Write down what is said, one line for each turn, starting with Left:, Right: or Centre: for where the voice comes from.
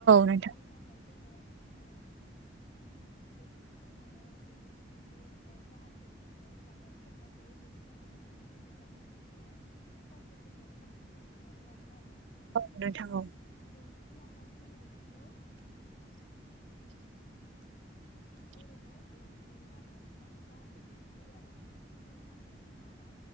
Right: नोंथां
Left: बेनि
Right: औ
Left: उनावहाय जोङो ओ बेखौ सायनानै बिनि खिथोबखौ जाहाथे जोङो जानायाव सोबबा बेनि थाखाय बिनि खिथुखौ दाननानै जोङो खासिफोरजों साफाखि सुनानै आरोना नोंथां।
Right: औ नोथां औ
Left: बेनि उनावहाय जोङो बेखौ ओरैनो एवग्रोगोन आरोना नोंथां जाहाथे बिनि दैया रानो। साम'आ खारा